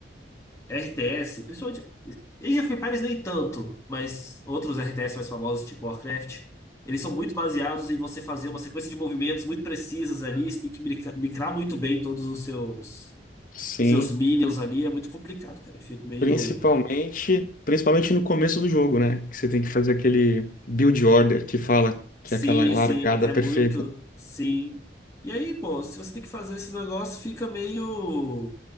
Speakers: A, on the left; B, on the left.
A: RTS, principalmente. Age of Empires nem tanto, mas outros RTS mais famosos, tipo Warcraft, eles são muito baseados em você fazer uma sequência de movimentos muito precisas ali. Você tem que mica- micrar muito bem todos os seus,
B: sim.
A: seus minions ali. É muito complicado, cara. Eu fico meio.
B: Principalmente, principalmente no começo do jogo, né? Que você tem que fazer aquele build order que fala
A: Sim,
B: que é aquela largada
A: sim, é muito,
B: perfeita.
A: sim. E aí, pô, se você tem que fazer esse negócio, fica meio,